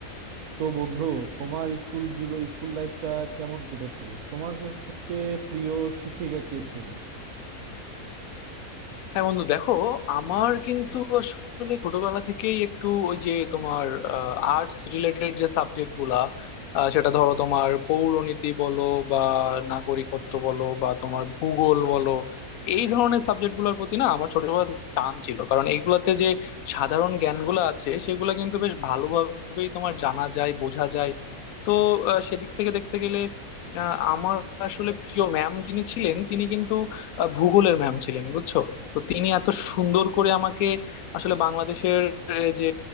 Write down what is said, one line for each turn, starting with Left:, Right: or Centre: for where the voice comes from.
Right: তো বন্ধু তোমার স্কুল জীবন স্কুল লাইফটা কেমন কেটেছে তোমার স- সবচেয়ে প্রিয় শিক্ষিকা কে ছিল
Left: হ্যাঁ বন্ধু দেখো আমার কিন্তু আসলে ছোটবেলা থেকেই একটু ওই যে তোমার আর্টস রিলেটেড যে সাবজেক্ট গুলা আহ, সেটা ধরো তোমার পৌরনীতি বলো বা নাগরিকত্ব বলো বা তোমার ভূগোল বলো এই ধরনের সাবজেক্ট গুলোর প্রতি না আমার ছোটবেলা থেকে টান ছিল কারণ এইগুলাতে যে সাধারণ জ্ঞানগুলো আছে সেগুলো কিন্তু বেশ ভালোভাবেই তোমার জানা যায় বোঝা যায় তো আহ, সেদিক থেকে দেখতে গেলে আহ, আমার আসলে প্রিয় ম্যাম যিনি ছিলেন তিনি কিন্তু আহ, ভূগোলের ম্যাম ছিলেন বুঝছো তো তিনি এত সুন্দর করে আমাকে আসলে বাংলাদেশের আহ, যে